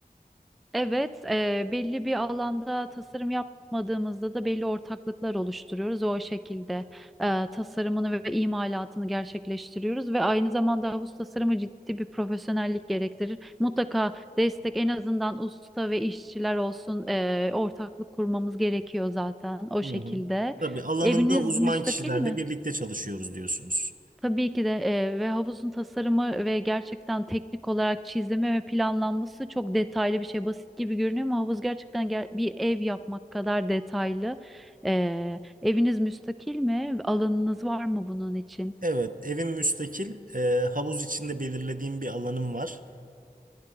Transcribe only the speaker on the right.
Hı
hı. Tabii alanında
uzman
kişilerle
birlikte çalışıyoruz diyorsunuz.
Evet, evim müstakil. Ee, havuz içinde belirlediğim bir alanım var.